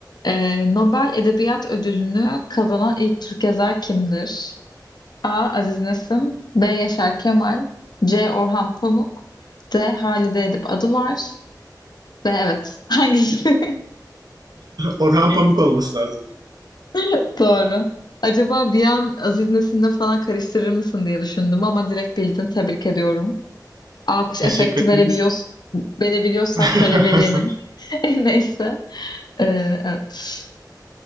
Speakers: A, on the left (about 70°); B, on the right (about 60°).
A: Ee, Nobel Edebiyat Ödülünü kazanan ilk Türk yazar kimdir? A. Aziz Nesin B. Yaşar Kemal C. Orhan Pamuk D. Halide Edip Adıvar D. Evet. <laughs> Hangisi?
B: Orhan Pamuk olması lazım.
A: <laughs> Doğru. Acaba bir an Aziz Nesin'le falan karıştırır mısın diye düşündüm ama direkt bildin. Tebrik ediyorum. Alkış
B: Teşekkür
A: efekti verebiliyoruz,
B: ederim.
A: verebiliyorsak
B: <laughs>
A: şöyle verelim. <laughs> Neyse. Ee, evet.